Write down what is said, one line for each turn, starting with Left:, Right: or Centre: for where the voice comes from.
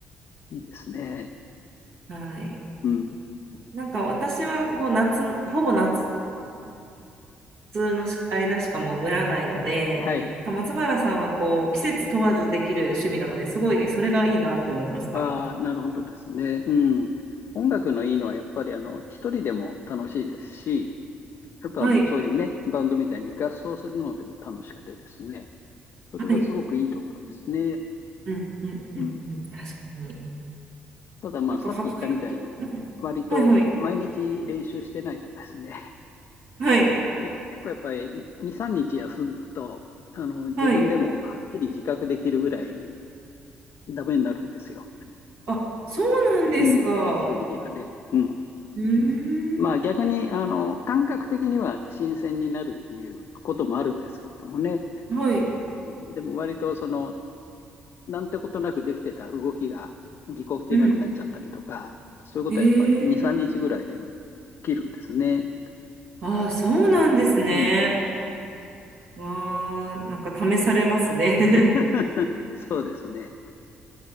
Left: いいですね。
Right: はい。
Left: うん。
Right: なんか私はこう夏、ほぼ夏の間しか潜らないので、
Left: はい。
Right: なんか松原さんはこう季節問わずできる趣味なので、すごいそれがいいなって思いました。
Left: ああ、なるほどですね。うん。音楽のいいのは、やっぱり、あの、一人でも楽しいですし、やっぱ、
Right: はい。
Left: まあ、そういうね、バンドみたいに合奏するのでも楽しくてですね、それはすごくいいところですね。
Right: はい。うんうんうんうん。
Left: うん。
Right: 確かに。
Left: ただ、まあ、
Right: なんか発表と、
Left: さっき言ったみたいに、
Right: うん。
Left: 割と毎日練習してないとですね、
Right: はいはい。はい。
Left: <laughs> で、結構やっぱり2、3日休むと、あの、自分でもはっきり自覚できるぐらいに
Right: はい。
Left: ダメになるんですよ。
Right: あ、そうなんですか。
Left: うん、技術的にはね。うん。
Right: うーん。
Left: まあ逆に、あの、感覚的には新鮮になるっていうこともあるんですけれどもね。
Right: はい。
Left: うんでも割とその、なんてことなくできてた動きがぎこちなくなっちゃったりとか、
Right: うん。
Left: そういうことはやっぱり2、
Right: ええ
Left: 3日ぐらいでも起きるんですね。
Right: ああ、そうなんですね。
Left: うん。
Right: わあ、なんか試されますね。
Left: <laughs> そうですね。